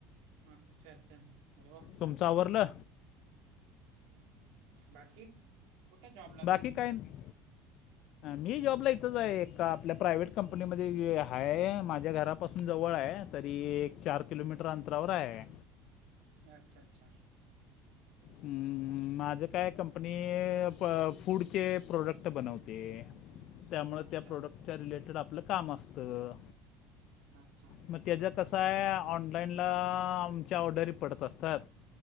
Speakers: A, on the right; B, on the left.
A: अच्छा, अच्छा अरे वा.
B: तुमचं आवरलं?
A: बाकी? कुठ जॉबला?
B: बाकी
A: तुम्ही
B: काय नाही. मी जॉबला इथंच आहे ए आपल्या प्रायव्हेट कंपनीमध्ये हाये माझ्या घरा पासून जवळ आहे तरी एक चार किलोमीटर अंतरावर आहे.
A: अच्छा, अच्छा
B: हम्म,
A: चांगलंय.
B: माझं काय कंपनी फूडचे प्रोडक्ट बनवते. त्यामुळे
A: अच्छा
B: त्या प्रोडक्टच्या रिलेटेड आपलं काम असतं.
A: छान, छान.
B: मग त्याचं कसं आहे ऑनलाईनला आमच्या ऑर्डरी पडत असतात